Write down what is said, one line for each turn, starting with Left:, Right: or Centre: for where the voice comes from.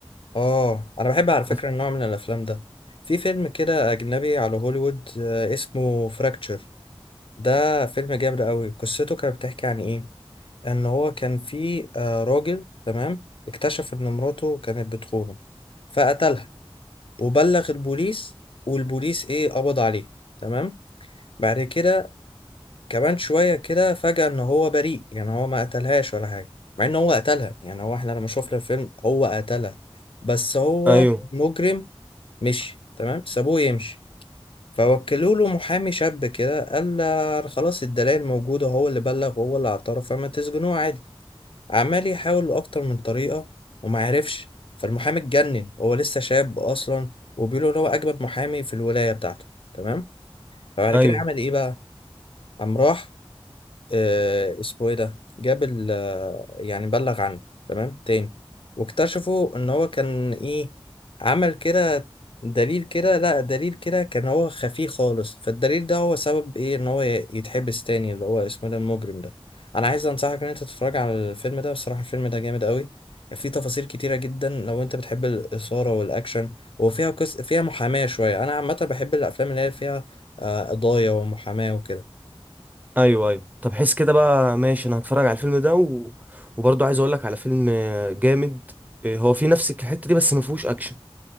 Left: اه انا بحب على فكرة
Right: أف-
Left: النوع من الافلام ده في فيلم كده اجنبي على هوليوود آه، اسمه فراكتشر ده فيلم جامد قوي قصته كانت بتحكي عن ايه ان هو كان في آه، راجل تمام اكتشف ان مراته كانت بتخونه فقتلها وبلغ البوليس والبوليس ايه قبض عليه تمام بعد كده كمان شوية كده فجأة إن هو بريء يعني هو ما قتلهاش ولا حاجة مع إن هو قتلها يعني هو إحنا لما شفنا الفيلم هو قتلها بس هو
Right: ايوه
Left: مجرم مشي تمام سابوه يمشي فوكلوا له محامي شاب كده قال له خلاص الدلائل موجودة هو اللي بلغ وهو اللي اعترف فما تسجنوه عادي عمال يحاول أكتر من طريقة وما عرفش فالمحامي اتجنن هو لسه شاب أصلا وبيقولوا إن هو أجمد محامي في الولاية بتاعته تمام فبعد
Right: ايوه
Left: كده عمل إيه بقى؟ قام راح آه، اسمه ايه ده جاب ال آه، يعني بلغ عنه تمام تاني واكتشفوا ان هو كان ايه عمل كده دليل كده لا دليل كده كان هو خفي خالص فالدليل ده هو سبب ايه ان هو ي- يتحبس تاني اللي هو اسمه إيه ده المجرم ده انا عايز انصحك ان انت تتفرج على الفيلم ده بصراحة الفيلم ده جامد قوي فيه تفاصيل كتيرة جدا لو انت بتحب الإثارة والأكشن وفيها قص... فيها محاماة شوية انا عامة بحب الافلام اللي هي فيها آه، قضايا ومحاماة وكده
Right: ايوه ايوه طب حس كده بقى ماشي انا هتفرج على الفيلم ده و... وبرضو عايز اقول لك على فيلم آه، جامد آه، هو في نفس الحته دي بس ما فيهوش اكشن